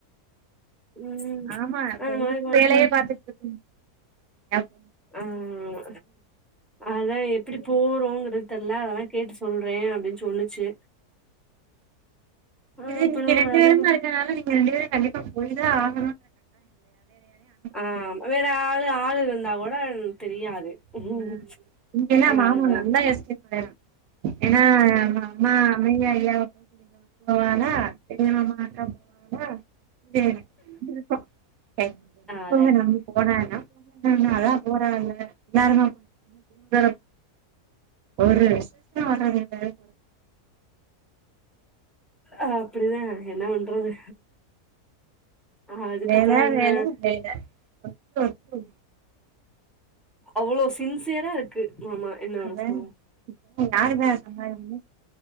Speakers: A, in the centre; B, on the right.
A: ம்
B: ஆமா
A: அந்த
B: ஒண்ணுக்கும்
A: மாரி பண்ட்டு
B: வேலையே பாத்துட்டு எப்
A: ஆஹ் அதா எப்படி போ போங்கிறது தெரியல அதெல்லாம் கேட்டு சொல்றேன் அப்டின்னு சொல்லுச்சு ஆ
B: இது
A: அப்புறோ
B: நீங்க ரெண்டு
A: அதுக்கு
B: பேருமா இருக்கனால நீங்க ரெண்டு பேரும் கண்டிப்பா போயிதா ஆக்
A: ஆஹ்
B: முடியாது
A: வேற ஆள் ஆள் வந்து வந்தா கூட தெரியாது ம்
B: ஆஹ் இங்க தா மாமா
A: அதா
B: நல்லா எஸ்கேப் ஆயிரா ஏன்னா அம்மா அம்மா அம்மைய ஐயா பாக்க போவாளா பெரிய மாமா அக்காவ போவாளா செரி <unintelligible>
A: அதே
B: போவனா போனா என்ன அதா போறேல்ல எல்லாருமா ஏனப் ஒரு விசேஷனா வர்துல்ல
A: அப்டிதா என்ன பண்றது அதுக்கப்புறோ
B: வேல
A: என்ன
B: வேல வேல ஒர்க் ஒர்க்கு
A: அவளோ சின்சியரா இருக்கு மாமா என்ன ஒன்னு
B: நில்லு
A: சொல்ல
B: இப்ப யாரு பா சொன்னா இப்டினு